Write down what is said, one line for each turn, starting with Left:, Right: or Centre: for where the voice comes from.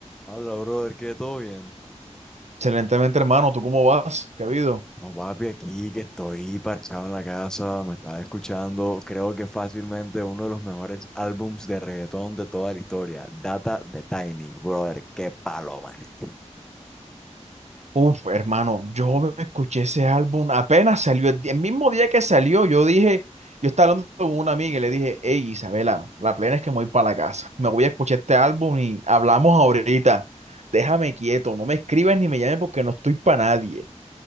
Centre: Habla, brother, que todo bien.
Right: Excelentemente, hermano. ¿Tú cómo vas? ¿Qué ha habido?
Centre: No, papi, aquí que estoy parchado en la casa, me estaba escuchando, creo que fácilmente uno de los mejores álbums de reggaetón de toda la historia, Data de Tiny, brother, qué palo, marica.
Right: Uf, hermano, yo me escuché ese álbum apenas salió. El, di- el mismo día que salió, yo dije, yo estaba hablando con una amiga y le dije, hey, Isabela, la plena es que me voy para la casa. Me voy a escuchar este álbum y hablamos ahorita. Déjame quieto, no me escribas ni me llames porque no estoy para nadie.